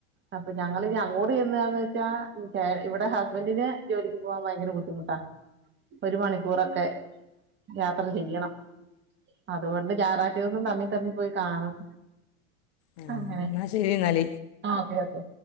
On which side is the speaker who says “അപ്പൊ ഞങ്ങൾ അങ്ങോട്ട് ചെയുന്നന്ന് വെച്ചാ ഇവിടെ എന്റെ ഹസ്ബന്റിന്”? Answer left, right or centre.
Right